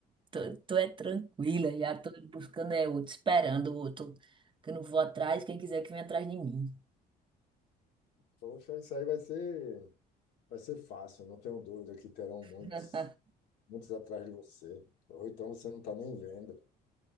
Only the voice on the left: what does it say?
Poxa, isso aí vai ser. Vai ser fácil, não tenho dúvida que terão muitos,
muitos atrás de você. Ou então você não está nem vendo.